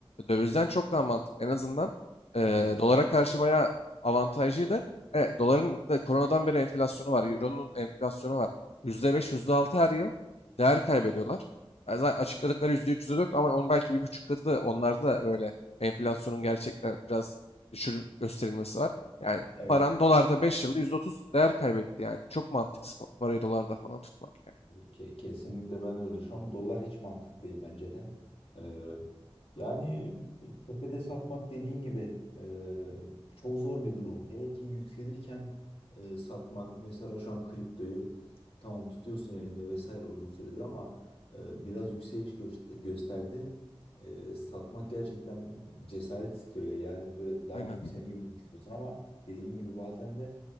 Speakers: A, on the left; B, on the left.
A: Dövizden çok daha mantıklı. En azından eee,
B: Hı.
A: dolara karşı bayağı avantajlıydı. Evet, doların da koronadan beri enflasyonu var. Euro'nun enflasyonu var. %5, %6 her yıl değer kaybediyorlar. Yani zaten açıkladıkları %3, %4 ama onun belki bir buçuk katı da onlarda da böyle enflasyonun gerçekten biraz düşür gösterilmesi var. Yani
B: Evet.
A: paran dolarda 5 yılda %30 değer kaybetti yani. Çok mantıksız parayı dolarda falan tutmak yani.
B: Ke- Kesinlikle ben de öyle düşünüyorum. Dolar hiç mantıklı değil bence de. Ee, yani e, tepede satmak dediğin gibi e, çok zor bir durum. Hele ki yükselirken e, satmak mesela şu an kriptoyu tamam tutuyorsun elinde vesaire uzun süredir ama e, biraz yükseliş göster- gösterdi. E, satmak gerçekten cesaret istiyor ya. Yani böyle daha
A: Aynen.
B: bir yükseleni görmek istiyorsun ama dediğin gibi bazen de